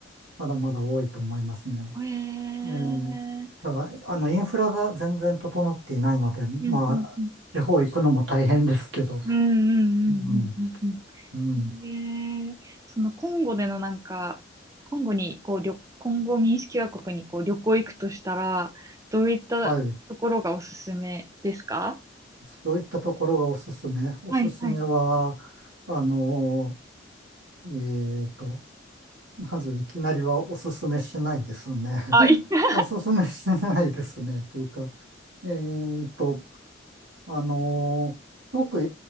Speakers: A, on the right; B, on the right.
A: まだまだ多いと思いますね。
B: ええ。
A: ええ、ただ、あの、インフラが全然整っていないので、
B: うんうんうん。
A: まあ、地方行くのも大変ですけど、
B: うんうんうんうんうん
A: うん、うん。
B: うん。へえそのコンゴでのなんか、コンゴに、こう、旅、コンゴ民主共和国にこう旅行行くとしたら、どういったところがおすすめですか
A: はい。どういったところがおすすめおすすめは、
B: はいはい。
A: あのえーと、まずいきなりはおすすめしないですね。
B: あ、
A: <laughs>
B: いい、
A: おすすめしないですね。というか、えーと、あのーすごく